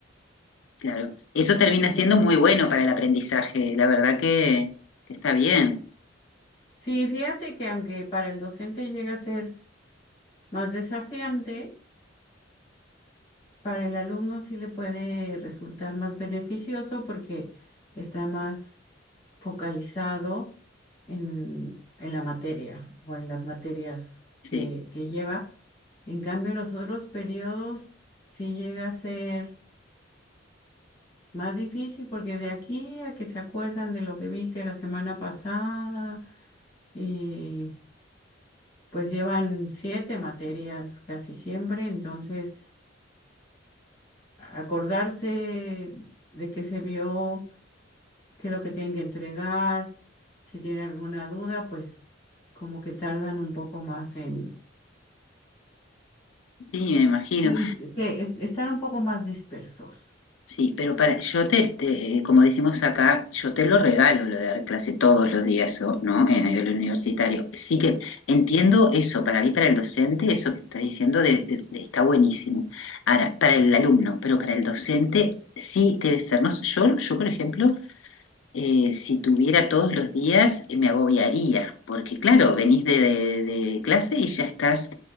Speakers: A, on the left (about 80°); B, on the left (about 25°).
A: claro. Eso termina
B: Entonces,
A: siendo muy bueno para el aprendizaje, la verdad que, que está bien,
B: sí, fíjate que aunque para el docente llega a ser más desafiante, Para el alumno sí le puede resultar más beneficioso porque está más focalizado en, en la materia o en las materias que,
A: sí,
B: que lleva. En cambio, en los otros periodos sí llega a ser más difícil porque de aquí a que se acuerdan de lo que viste la semana pasada y pues llevan siete materias casi siempre, entonces acordarse de que se vio qué es lo que tienen que entregar. Si tienen alguna duda, pues como que tardan un poco más en...
A: sí, me imagino.
B: Sí, se- es- están un poco más dispersos.
A: Sí, pero para, yo te, te, como decimos acá, yo te lo regalo lo de dar clase todos los días, o- ¿no? En a nivel universitario. Sí que entiendo eso, para mí, para el docente, eso que estás diciendo de- de- de- está buenísimo. Ahora, para el alumno, pero para el docente sí debe ser. No, yo, yo, por ejemplo, eh, si tuviera todos los días, eh, me agobiaría, porque claro, venís de, de- de clase y ya estás